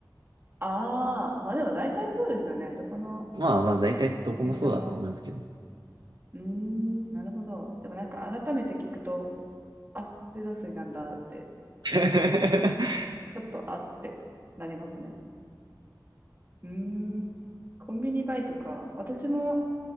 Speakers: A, on the right; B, on the right.
A: あーあ、まあでも大体そうですよね。どこの
B: まあまあ、大体どこもそうだと思いますけど。
A: お店も。うーん、なるほど。でもなんか改めて聞くと、あ、水道水なんだって、
B: <laughs>
A: ちょっとあってなりますね。うーん、コンビニバイトか。私も